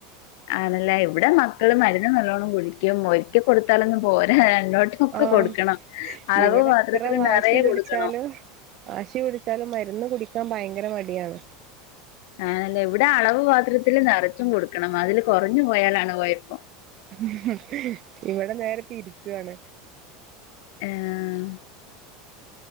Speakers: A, on the left (about 70°); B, on the right (about 45°).
A: ആണല്ലേ ഇവിടെ മക്കള് മരുന്ന് നല്ലോണം കഴിക്കും ഒരിക്ക കൊടുത്താലൊന്നും പോരാ എന്നോട്ട് ഒക്കെ
B: ആഹ്
A: കൊടുക്കണം അളവ്
B: ഇവിടെ
A: പാത്രത്തില്
B: എത്ര വാശി
A: നറ യെകൊടുക്കണം
B: പിടിച്ചാലും വാശി പിടിച്ചാലും മരുന്ന് കുടിക്കാൻ ഭയങ്കര മടിയാണ്
A: ആല്ല ഇവിടെ അളവ് പാത്രത്തില്ൽ നിറച്ചും കൊടുക്കണം അതില് കുറഞ്ഞു പോയാലാണ് പോയപ്പം
B: ഹും ഇവിടെ നേരെ തിരിച്ചുുവാണ്
A: ആഹ്